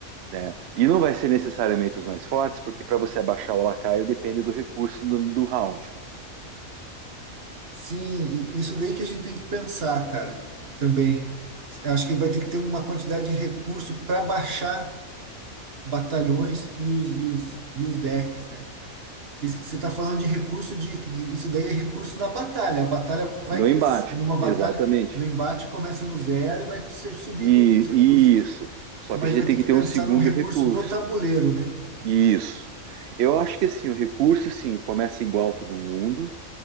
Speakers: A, on the right (about 65°); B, on the right (about 45°).
A: né? E não vai ser necessariamente os mais fortes, porque para você abaixar o lacaio depende do recurso do, do round,
B: Sim, e isso daí que a gente tem que pensar, cara, também. Acho que vai ter que ter uma quantidade de recurso para baixar batalhões e os, e os, e os decks, né? Que s- você está falando de recurso de, de- isso daí é recurso na batalha. A batalha vai
A: do
B: crescer,
A: embate,
B: numa batalha,
A: exatamente.
B: no embate começa no zero e vai ser subindo
A: E,
B: os recursos.
A: e isso. Só
B: Mas
A: que a gente
B: vai
A: tem
B: ter
A: que
B: que
A: ter
B: pensar
A: um segundo
B: num recurso
A: recurso.
B: do tabuleiro, né?
A: Isso. Eu acho que assim, o recurso sim começa igual todo mundo.